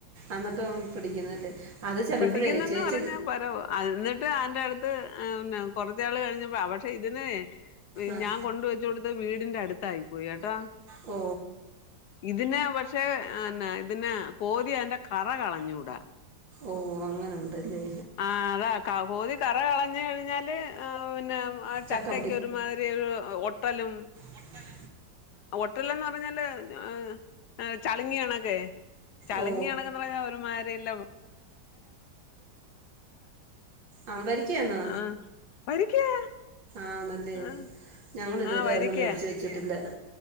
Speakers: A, on the right; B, on the left.
A: എന്നിട്ടും പിടിക്കുന്നല്ലേ അത് ചെലപ്പഴേ
B: പിടിക്കുന്നെന്ന്
A: ചേച്ചി
B: പറഞ്ഞാ പരവ് എന്നിട്ട് അറെ അടുത്ത് പിന്നെ കൊറച്ച് നാൾ കഴിഞ്ഞപ്പോ പക്ഷെ ഇതിനെ
A: ആഹ്
B: ഞാൻ കൊണ്ടുവെച്ച കൊടുത്ത വീടിന്റെ അടുത്തായി പോയിട്ടോ
A: ഓ
B: ഇതിന് പക്ഷേ എന്നാ ഇതിനെ കോരി അതിന്റെ കറ കളഞ്ഞൂടാ
A: ഓ അങ്ങനെ ഉണ്ടല്ലേ
B: ആഹ് അതാ കോതി കറ കളഞ്ഞു കഴിഞ്ഞാല് പിന്നെ ആഹ് ചക്കക്ക്
A: ചക്ക
B: ഒരുമാതിരി ഒരു ഒട്ടലും
A: ഒട്ടലും
B: ഒട്ടലന്ന് പറഞ്ഞാല് അഹ് ചളിങ്ങിയ കണക്കേ ചളിങ്ങി
A: ഓ
B: കണക്കെന്ന് പറഞ്ഞാൽ ഒരുമാരില്ല
A: അഹ് വരിക്കന്നോ
B: ആ വരിക്കയാ
A: ആണല്ലേ
B: ആ
A: ഞങ്ങളിതുവരെ
B: ആ വരിക്കയാ
A: അതൊന്നും മേടിച്ച് ച്ച്ട്ടില്ല.